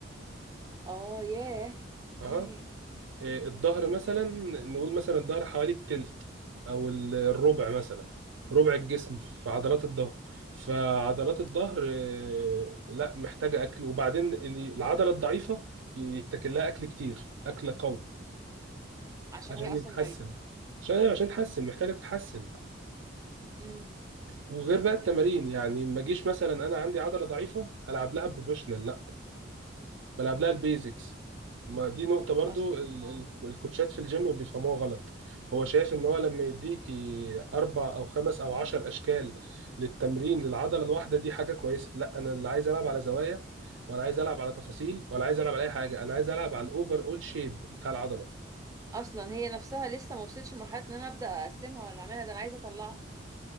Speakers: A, on the right (about 20°); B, on the right (about 85°).
A: اه ياه اوكي
B: اها إيه، الظهر مثلا نقول مثلا الظهر حوالي التلت او ال- الربع مثلا
A: اه
B: ربع الجسم في عضلات الظهر فعضلات الظهر إيه، لا محتاجه اكل وبعدين اللي- العضله الضعيفه يتاكل لها اكل كتير اكل قوي
A: عشان
B: عشان
A: هي اصلا
B: يتحسن
A: ضعيفة
B: عشان عشان تتحسن محتاجه تتحسن
A: امم
B: وغير بقى التمارين يعني ما اجيش مثلا انا عندي عضله ضعيفه العب لها بروفيشنال لا بلعب لها البيزكس ما دي نقطه برضو
A: اصلا
B: ال-
A: اه
B: ال- الكوتشات في الجيم بيفهموها غلط هو شايف ان هو لما يديك اربع او خمس او عشر اشكال للتمرين للعضله الواحده دي حاجه كويسه لا انا اللي عايز العب على زوايا ولا عايز العب على تفاصيل ولا عايز العب على اي حاجه انا عايز العب على الاوفر اول شيب بتاع العضله
A: اصلا هي نفسها لسه ما وصلتش لمرحلة ان انا ابدا اقسمها ولا اعملها ده انا عايزة اطلعها أصلاً.